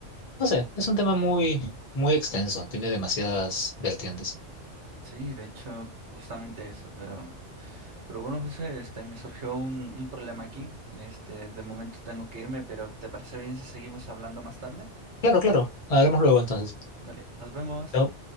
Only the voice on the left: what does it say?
no sé, es un tema muy, muy extenso, tiene demasiadas vertientes.
Claro, claro. Hablamos luego entonces.
No.